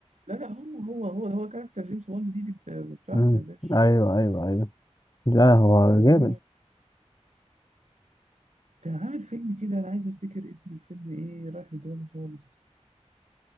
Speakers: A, on the right (about 80°); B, on the left (about 35°).
A: لا لا هو هو هو هو كاركتر جيمس بوند دي, دي بتا- بتاعته
B: امم
A: يا باشا
B: ايوه ايوه ايوه لا هو
A: ده
B: جامد
A: هو كان عامل فيلم كده انا عايز افتكر اسم الفيلم ايه رايح من دماغي خالص